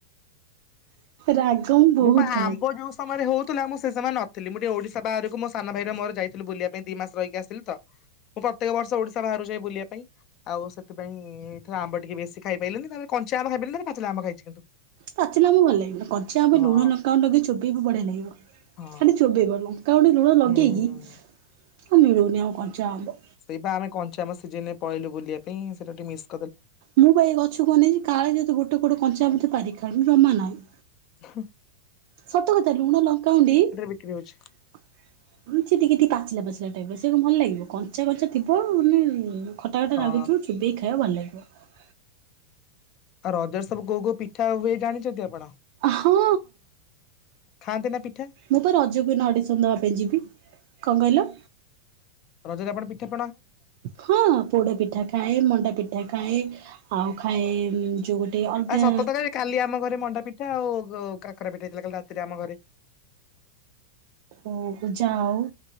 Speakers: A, on the right; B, on the left.
A: ରାଗ ମୁଁ ବହୁତ
B: ମୋ ପା
A: ଖାଏ।
B: ଆମ୍ବ ଯୋଉ ସମ--ୟରେ ହଉଥିଲା ମୁଁ ସେମାନେ ନଥିଲି ମୁଁ ଟିକେ ଓଡିଶା ବାହାରକୁ ମୋ ସାନ ଭାଇ ମୋର ଯାଇଥିଲି ବୁଲିବା ପାଇଁ ଦି ମାସ ରହିକି ଆିଲି ତ ମୁଁ ପ୍ରତ୍ୟେକ ବର୍ଷ ଓଡିଶା ବାହାରାରୁକୁ ଯାଇ ବୁଲିବା ପାଇଁ ଆଉ ସେଥିପାଇଁଇରେ ଆମ୍ବ ଟିକେ ବେଶୀ ଖାଇପାରିଲନି ତାେ କଞ୍ଚି ଆମ୍ବ ଖାଇ ପାରି ଖ ଆମ ଖାଇଛି କିନ୍ତୁ?
A: ପାଚିଲା ଆମେ ଭଲ ଲାଗିବ କଞ୍ଚିଆ ଆମେ
B: ହଁ।
A: ଲୁଣ ଲଗା ଲଗେଇ ଚୋବେେଇବ ବଢିଆ ଲାଗିବ
B: ହଁ
A: ଖାଲି ଚୋବେେଇବନୁଁ। କାଉଟି ଲୁଣ ଲଗେଇକି
B: ହୁଁ।
A: ଆଉ ମିଳୁନି ଆଉ କଣଚ ଆମବ
B: ସେଇପ ଆମେ କଞ୍ଚାମ ସିଜିନ ପଳଲୁ ବୁଲିବା ପାଇଁ ସେଟା ଟିକେ ମିଶ
A: ମୁଁ ବା ଏଇ ଗଛକୁ ବନେଇଛି କାଳେ ଯଦତି ଗୋଟେ ଗୋଟେ କଞ୍ଚା ମତେ ପାରି ଖା ରମା ନହି।
B: ହଁ
A: ସତ କଥା ଲୁଣ ଲଙ୍କାଉଡି ସେ
B: ବିକ୍ରି ହଉଛି।
A: ଟେ ଟିକେ। ପାଚିଲା ପାଚିଲା ଟାଇପ ସେୁ ଭଲ ଲାଗ । କଣ କଚା କଚା ଥିବ ମାନେ ଖଟା ଖଟା
B: ହଁ।
A: ଲାଗୁଥିବ ଚୋବେଇକ ଖାଇବା ଭଲ ଲାଗିବ ।
B: ଆଉ ରଜ ସବୁ କୋଉ କୋଉ ପିଠା ହୁଏ ଜାଣିଛନ୍ତି ଆପଣ?
A: ହଁ
B: ଖାଆନ୍ତି ନା ପିଠା
A: ମୁଁ ତ ରଜକୁ ନଡିସ ଦେବା ପାଇଁ ଯିବି । କଣ କହିଲ?
B: ରଜଦପଣ ପିକର
A: ହଁ ପୋଡା ପିଠା ଖାଏ ମଣ୍ଡା ପିଠା ଖାଏ । ଆଉ ଖାଏ ଯେଉଁ ଗୋଟେ ଅଲଗା
B: ଆଉ ସତତକ କାଲି ଆମ ଘରେ ମଣ୍ଡା ପିଠା ଆଉ। ଉ କାକରା ପିଟେଇଥିଲା କାଲି ରାତିରେ ଆମ ଘରେ
A: ଓ ଯାଅ